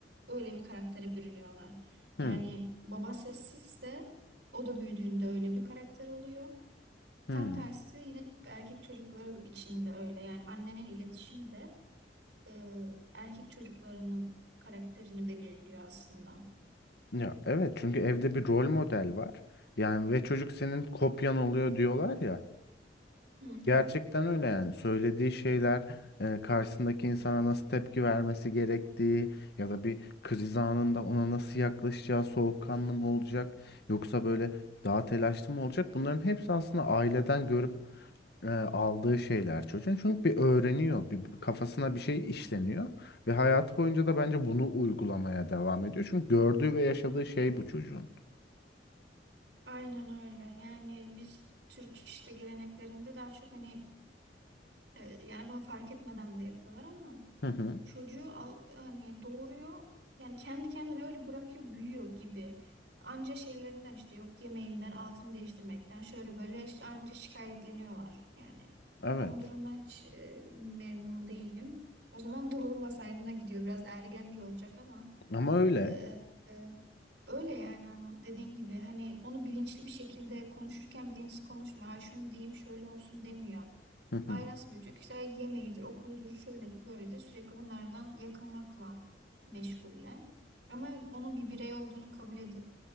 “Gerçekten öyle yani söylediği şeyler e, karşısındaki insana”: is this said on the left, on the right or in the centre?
Left